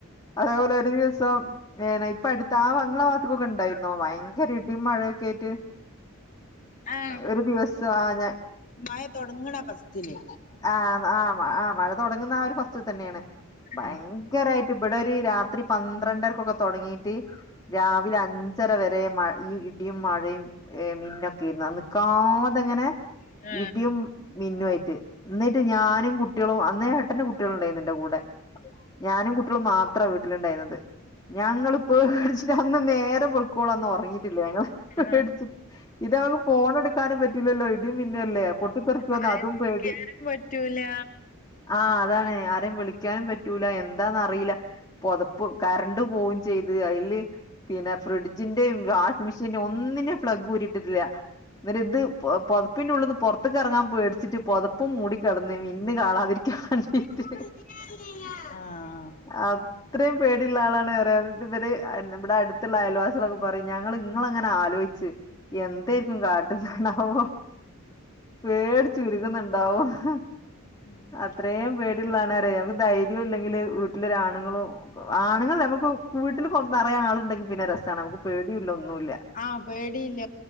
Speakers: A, on the left; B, on the left.
A: അതേപോലെ ഒരു ദിവസം- ഇപ്പ അടുത്ത ആ നിങ്ങളെ ഭാത്തക്കൊക്കെ ഒണ്ടായിരുന്നോ ഭയങ്കര ഇടിയും മഴയൊക്കെയായിട്ട്
B: ആഹ്
A: ഒരു ദിവസം ആ ഞാൻ-
B: മഴ തൊടങ്ങണ ഫസ്റ്റിലെ
A: ആഹ് ആ ഹ് ആഹ് മഴ തൊടങ്ങുന്ന ആ ഒരു ഫസ്റ്റില് തന്നെയാണ് ഭയ-
B: ആഹ്
A: ഭയങ്കരയിട്ട് ഇവിടെ ഒരു രാത്രി പന്ത്രണ്ടരക്കൊക്കെ തൊങ്ങീട്ട് രാവിലെ അഞ്ച്- അഞ്ചര വരെയും മഴ ഈ ഇടിയും മഴയും മിന്നൊക്കെയായിരുന്നു നിക്കാതെ അങ്ങനെ-
B: ആഹ്
A: ഇടിയും മിന്നുയായിട്ട് എന്നിട്ട് ഞാനും കുട്ടികളും അന്ന് ഏട്ടന്റെ കുട്ടികള് ഉണ്ടായിരുന്നു എന്റെ കൂടെ ഞാനും കുട്ടിക- മക്കളും മാത്ര വീട്ടിലുണ്ടയിരുന്നത് ഞങ്ങളപ്പോ പേടിച്ചിട്ട് അന്ന് നേരം - ഒരു പോള അന്ന് ഒറങ്ങിയിട്ടില്ലേ ഞങ്ങള്
B: ആഹ്
A: പേടിച്ച് ഇത് അവുമ്പോ ഫോണ് എടുക്കാനും പറ്റൂല്ലല്ലോ പിന്നെ അല്ലേ പൊട്ടിത്തെരിക്കുവോന്ന്
B: ആരേം
A: അതും
B: വിളിക്കാനും
A: പേടി
B: പറ്റൂല
A: ആഹ് അതാണ് ആരും വിളിക്കാനും പറ്റൂല എന്താന് അറിയില്ല പൊതപ്പ് കറണ്ട് പോവും ചെയ്ത് അതില്- പിന്നെ ഫ്രിഡ്ജിന്റയും വാഷിംഗ് മെഷീന്റെ ഒന്നിന്റെയും പ്ലഗ്ഗ് ഊരിയിട്ടില്ല അന്നേരം ഇത് പൊതപ്പിനുള്ളിന്ന് പൊറത്തേക്ക് എറങ്ങാൻ പേടിച്ചിട്ട് പൊത - ഇപ്പം മൂടി കെടന്നേനേം ഇന്ന് കാണാതിരിക്കാൻ വേണ്ടീട്ട്
B: <unintelligible> ആഹ്
A: അ <unintelligible> ഇത്രയും പേടിയുള്ള ആളാണ് പറയത് ഇവര് ഇവിടെ അടുത്തുള്ള അയൽവാസികളൊക്കെ പറയും ഞങ്ങള് നിങ്ങളെയിങ്ങനെ ആലോചി- എന്തായിക്കും കാട്ടണതാവോ പേടി ചുരുക്കുന്നുണ്ട് ന്തഓ <unintelligible>
B: ഉ <unintelligible>
A: അത്രയും പേടിയുള്ളവരാണ് നമക്ക് ധൈര്യവും ഇല്ലെങ്കില് വീട്ടിലെ ആണുങ്ങളും - ആണുങ്ങൾ നമുക്ക് വീട്ടിൽ കൊറേ നറേ ആളുണ്ടെങ്കിൽ പിന്നെ രസമാണ് നമുക്ക്- പേടിയില്ല ഒന്നുല്ല
B: ആഹ് പേടിയില്ല